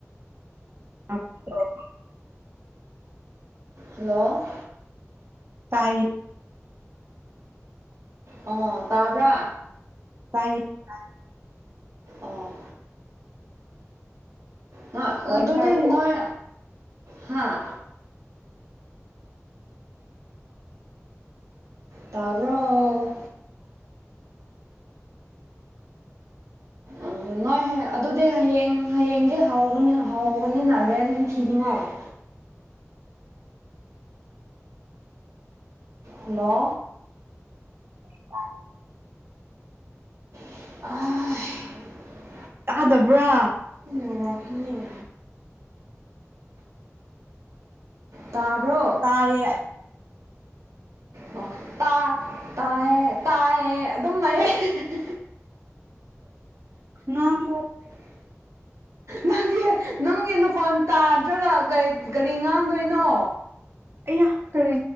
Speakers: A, on the right; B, on the right.
A: INAUDIBLE
B: ꯍꯜꯂꯣꯑꯣ
A: ꯇꯥꯏꯌꯦ
B: ꯑꯣꯑꯣ ꯇꯥꯕ꯭ꯔꯥ
A: ꯇꯥꯢꯌꯦ ꯇꯥꯏꯌꯦ
B: ꯑꯣꯑꯣ ꯍꯣꯢ
A: ꯅꯣꯏ
B: ꯑꯗꯨꯗꯤ
A: ꯇꯥꯔꯕꯣ
B: ꯅꯣꯏ ꯍꯥꯥ ꯇꯥꯕ꯭ꯔꯣꯑꯣ ꯎꯪꯎꯪ ꯅꯣꯏ ꯑꯗꯨꯗꯤ ꯍꯌꯦꯡ ꯍꯌꯦꯡꯗꯩ ꯍꯧꯕꯅꯤ ꯍꯧꯕꯅꯤꯅ ꯔꯦꯟꯊꯤꯅꯤꯡꯉꯣꯏ INAUDIBLE ꯍꯥꯜꯂꯣ
A: INAUDIBLE
B: INAUDIBLE
A: ꯇꯥꯗꯥꯕ꯭ꯔꯥ
B: INAUDIBLE ꯇꯥ ꯕ꯭ꯔꯣ
A: ꯇꯥꯏꯌꯦ ꯑꯩ
B: ꯑꯣ ꯇꯥ ꯇꯥꯏ ꯇꯥꯏꯌꯦ ꯑꯗꯨꯝ ꯂꯩꯌꯦ INAUDIBLE
A: UNINTELLIGIBLE
B: INAUDIBLE ꯅꯪꯒꯤ ꯅꯪꯒꯤ ꯅꯥꯈꯣꯟ ꯇꯥꯗ꯭ꯔꯒꯥ ꯀꯩ ꯀꯔꯤ ꯉꯥꯡꯗꯣꯏꯅꯣ
A: ꯑꯌꯥ ꯀꯔꯤ